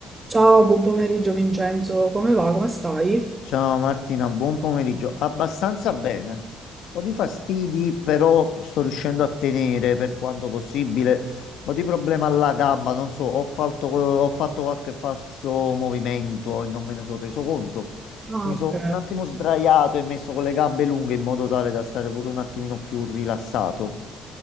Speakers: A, on the right (about 20°); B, on the left (about 75°).
A: Ciao, buon pomeriggio Vincenzo, come va? Come stai?
B: Ciao Martina, buon pomeriggio. Abbastanza bene. Un po' di fastidi, però sto riuscendo a tenere per quanto possibile. Un po' di problema alla gamba, non so, ho fatto, ho fatto qualche falso movimento e non me ne sono reso conto.
A: Ah,
B: Mi sono
A: ok.
B: un attimo sdraiato e messo con le gambe lunghe in modo tale da stare pure un attimino più rilassato.